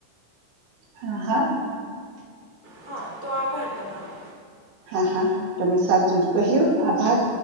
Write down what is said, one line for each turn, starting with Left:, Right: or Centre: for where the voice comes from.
Right: હ હા
Left: હા તો આભાર તમારો
Right: હા હા તમે સાચું જ કહ્યું આભાર